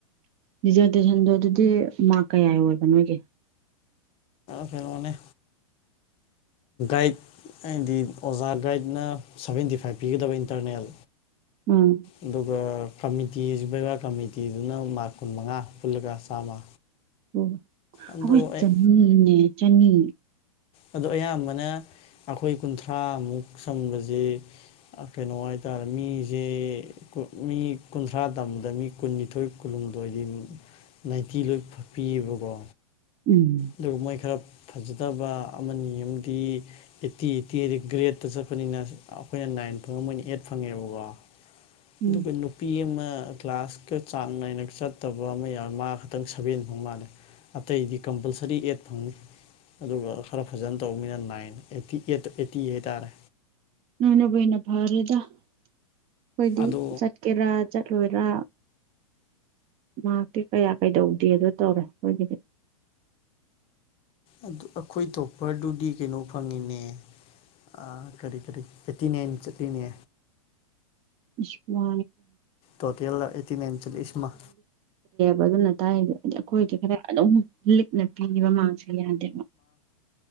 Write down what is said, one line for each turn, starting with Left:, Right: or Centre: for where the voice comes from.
Right: ꯔꯤꯖꯥꯔꯇꯦꯁꯟꯗꯣ ꯑꯗꯨꯗꯤ ꯃꯥꯔ ꯀꯌꯥ ꯑꯣꯏꯕ ꯅꯣꯏꯒꯤ
Left: ꯐꯩꯅ ꯃꯅꯤꯅꯦ ꯥꯏꯠ ꯑꯩꯗꯤ ꯑꯣꯖꯥ ꯒꯥꯏꯗꯅ ꯁꯚꯦꯟꯇꯤ ꯐꯥꯏꯚ ꯄꯤꯒꯗꯕ ꯏꯟꯇꯔꯅꯦꯜ
Right: ꯎꯝ
Left: ꯑꯗꯨꯒꯒ ꯐꯃꯤ ꯤ ꯕꯦꯕꯥ ꯀꯃꯤꯇꯤꯗꯨꯅ ꯃꯥꯔꯛ ꯀꯨꯟ ꯃꯉꯥ ꯄꯨꯜꯂꯒ ꯆꯥꯝꯃ
Right: ꯑꯣ
Left: ꯑꯗꯣ
Right: ꯑꯩꯈꯣꯏ
Left: ꯑꯩ
Right: ꯆꯅꯤꯅꯦ ꯆꯅꯤ
Left: ꯑꯣ ꯑꯌꯥꯝꯕꯅ ꯑꯩꯈꯣꯏ ꯀꯨꯟꯊ꯭ꯔꯥꯃꯨꯛ ꯁꯪꯕꯁꯤꯦ ꯀꯩꯅꯣ ꯍꯥꯏꯇꯥꯔꯦ ꯃꯤꯁꯦ ꯃꯤ ꯀꯨꯟꯊ꯭ꯔꯥ ꯇꯝꯕꯗ ꯃꯤ ꯀꯨꯟꯅꯤꯊꯣꯏ ꯀꯨ ꯗꯣ ꯑꯣꯏꯗꯤ ꯅꯥꯏꯟꯇꯤ ꯂꯣꯏ ꯐꯛꯄꯤꯑꯕꯀꯣ
Right: ꯎꯝ
Left: ꯑꯗꯨꯒ ꯃꯣꯏ ꯈꯔ ꯐꯖꯗꯕ ꯑꯃꯅꯤ ꯑꯃꯗꯤ ꯑꯩꯠꯇꯤ ꯑꯩꯠꯇꯤ ꯍꯥꯏꯗꯤ ꯒ꯭ꯔꯦꯠꯇ ꯆꯠꯄꯅꯤꯅ ꯑꯩꯈꯣꯏꯅ ꯅꯥꯏꯟ ꯐꯪꯉ ꯃꯣꯏꯅ ꯑꯩꯠ ꯐꯪꯉꯦꯕꯀꯣ
Right: ꯎꯝ
Left: ꯑꯗꯨ ꯀ ꯅꯨꯄꯤ ꯑꯃ ꯀ꯭ꯂꯥꯁꯀ ꯆꯥꯡ ꯅꯥꯏꯅ ꯆꯠꯇꯕ ꯑꯃ ꯌꯥꯎꯔ ꯃꯥ ꯈꯛꯇꯪ ꯁꯚꯦꯟ ꯐꯥꯎ ꯃꯥꯜꯂꯦ ꯑꯇꯩꯗꯤ ꯀꯝꯄꯜꯁꯔꯤ ꯑꯦꯠ ꯐꯪꯅꯤ ꯑꯗꯨꯒ ꯈꯔ ꯐꯖꯅ ꯇꯧꯕꯅꯤꯅ ꯅꯥꯏꯟ ꯑꯩꯠꯇꯤ ꯑꯩꯠꯇ ꯑꯩꯠꯇꯤ ꯍꯥꯏꯇꯥꯔꯦ
Right: ꯅꯣꯏꯅꯕꯨꯅ ꯐꯔꯦꯗ ꯑꯩꯈꯣꯏꯗꯤ
Left: ꯑꯗꯣ
Right: ꯆꯠꯀꯦꯔꯥ ꯆꯠꯂꯣꯏꯔꯥ ꯃꯍꯥꯛꯇꯤ ꯀꯌꯥ ꯀꯩꯗꯧꯗꯦ ꯑꯗꯨ ꯇꯧꯔꯦ ꯑꯩꯣꯏꯒꯤ
Left: ꯑꯗꯨ ꯑꯩꯈꯣꯏ ꯇꯣꯄꯔꯗꯨꯗꯤ ꯀꯩꯅꯣ ꯐꯪꯉꯤꯅꯦ ꯑꯥ ꯀꯔꯤ ꯀꯔꯤ ꯆꯠꯇꯤꯅꯦ ꯆꯠꯇꯅꯦ
Right: ꯏꯄ
Left: ꯇꯣꯇꯦꯜ ꯑꯩꯠꯇꯤ ꯅꯅꯥꯏꯟ ꯆꯜꯁꯃ
Right: ꯕꯒꯅ ꯇꯥꯏꯗꯦ ꯑꯗ ꯑꯩꯈꯣꯏꯗꯤ ꯈꯔ ꯑꯗꯨꯝ ꯂꯤꯛꯅ ꯄꯤꯕ ꯃꯥꯡꯁꯦ ꯌꯥꯗꯦꯕ